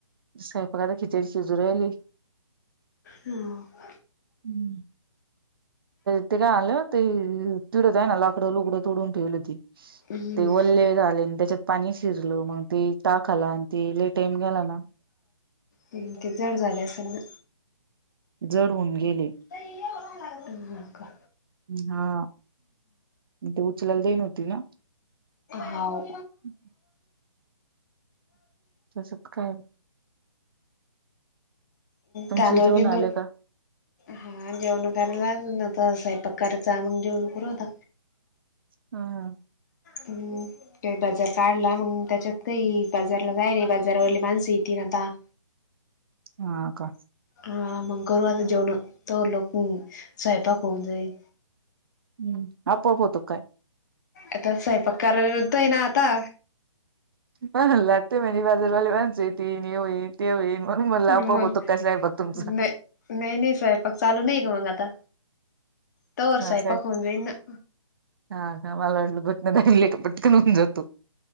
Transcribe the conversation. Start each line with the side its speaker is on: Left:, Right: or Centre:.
Right: ज काय पघ आता खिचडी शिजूयली
Left: ह
Right: हम् ते काय आलं ते तुडत आहे ना कड लुकडं तोडून ठेवली होती
Left: हम्म
Right: ते वल्ले झाले आणि त्याच्यात पाणी शिरल मग ते टाक आला आणि ते टाईम गेला ना
Left: ते जड झाले असताना
Right: जड होऊन गेले
Left: ह का
Right: हा ते उचलाला जाईनव्हती ना
Left: हाव
Right: हम् ह त सु काय तुमचे
Left: त्याां दोळ
Right: जेवण
Left: कि तु
Right: आले का
Left: हा जेवण करायला ना तर साहेब कयचा मग जेवण कर होता
Right: हा
Left: हम् का बाजार काढला मग त्याच्यात काही बाजारला जाय रे बाजारावरली माणसं येतील ना आता
Right: हा का
Left: हा मग गुरुता जेवण तरो लोक स्वयंपाक होऊन जाईल
Right: हम्म अ प पो तु काय
Left: आता साईपा कार विरुद्ध आहेई ना आता
Right: ह लागते म बाजारवाले माांस ती होई ते होई म्हणून मला
Left: मग
Right: आपआप होतो कस आहे बघ तुमच
Left: नाही नाही नाही साहेब पग चालू नाही का मग आता तरर साहे
Right: साहेब
Left: प खवन ना
Right: हा हा मला वाटलं भट दले एक पटकन होऊन जातो